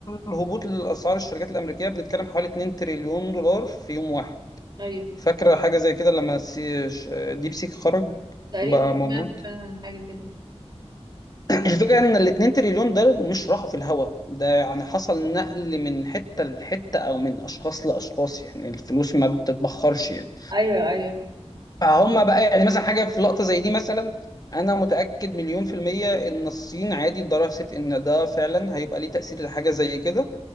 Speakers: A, on the left; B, on the right.
A: هبوط لاسعار الشركات الامريكيه بنتكلم حوالي 2 تريليون دولار في يوم واحد
B: ايوه
A: فاكره حاجه زي كده لما سي- ش- ديب سيك خرج
B: تقريبا
A: وبقى موجود
B: سمعت فعلا عن حاجة كده
A: الفكرة ان الاتنين تريليون دول مش راحوا في الهوا ده يعني حصل نقل من حتة لحتة او من اشخاص لاشخاص يعني الفلوس ما بتتبخرش يعني
B: ايوه ايوه
A: فهم بقى يعني مثلا حاجة في لقطة زي دي مثلا انا متأكد مليون في المية ان الصين عادي درست ان ده فعلا هيبقى ليه تأثير لحاجة زي كده